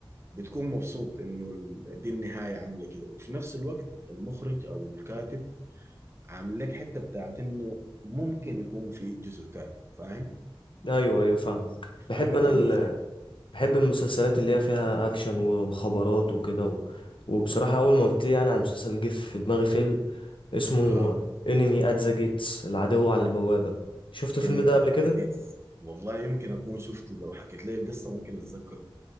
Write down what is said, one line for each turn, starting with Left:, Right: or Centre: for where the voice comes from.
Right: بتكون مبسوط انه ال- دي النهايه عامله كده وفي نفس الوقت المخرج او الكاتب عامل لك حته بتاعت انه ممكن يكون في جزء تاني فاهم
Left: ايوه ايوه فاهمك
Right: فجميل
Left: بحب انا ال...
Right: يا معلم
Left: بحب المسلسلات اللي هي فيها اكشن ومخابرات وكده و... وبصراحه اول ما قلت لي يعني عن مسلسل جه في دماغي فيلم اسمه
Right: اها
Left: انمي ات ذا جيتس العدو على البوابه شفت الفيلم
Right: انمي
Left: ده قبل
Right: انت
Left: كده
Right: جيتس والله يمكن اكون شفته لو حكيت لي القصه ممكن اتذكره